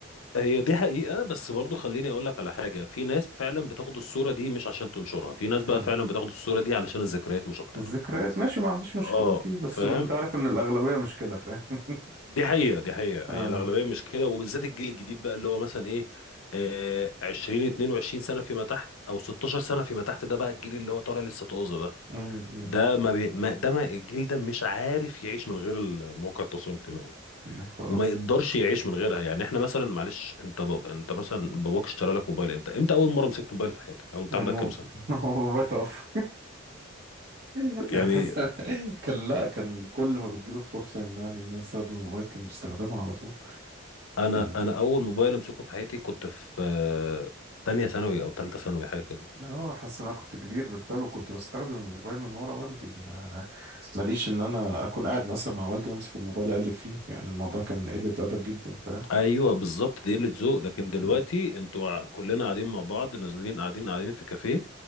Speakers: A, on the left; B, on the right.
A: هي دي حقيقة بس برضو خليني اقول لك على حاجة في ناس فعلا بتاخد الصورة دي مش عشان تنشرها في ناس بقى
B: مم.
A: فعلا بتاخد الصورة دي علشان الذكريات مش اكتر
B: الذكريات ماشي ما عنديش مشكله
A: اه
B: في دي بس
A: فاهم
B: انت عارف ان الاغلبيه مش كده فاهم <laughs>
A: دي حقيقة دي حقيقة
B: اه
A: هي الأغلبية مش كده وبالذات الجيل الجديد بقى اللي هو مثلا إيه آه 20 22 سنة فيما تحت أو 16 سنة فيما تحت ده بقى الجيل اللي هو طالع لسه طازة ده
B: مم، مم.
A: ده ما, بي... ما ده ما الجيل ده مش عارف يعيش من غير مواقع التواصل الاجتماعي
B: يا خرابي
A: وما يقدرش يعيش من غيرها يعني احنا مثلا معلش انت ب... انت مثلا باباك اشترى لك موبايل امتى امتى اول مره مسكت موبايل في حياتك
B: <laughs>
A: او انت
B: لما
A: عندك كام سنه
B: لما بابايا توفى <laughs>
A: يعني
B: الحس كان لا كان كل ما بتجيله فرصه يمنعني ان انا استخدم الموبايل كان بيستخدمه على طول
A: انا
B: كان
A: انا اول موبايل امسكه في حياتي كنت في آه، تانية ثانوي او تالتة ثانوي حاجه كده
B: لا هو حاسس ان انا كنت كبير بالفعل وكنت بستخدم الموبايل من ورا والدي ما ماليش ان انا اكون قاعد مثلا مع والدي امسك الموبايل اقلب فيه يعني الموضوع كان قلة ادب جدا فاهم
A: ايوه بالظبط دي قله ذوق لكن دلوقتي
B: م-
A: انتوا ع- كلنا قاعدين مع بعض نازلين قاعدين قاعدين في كافيه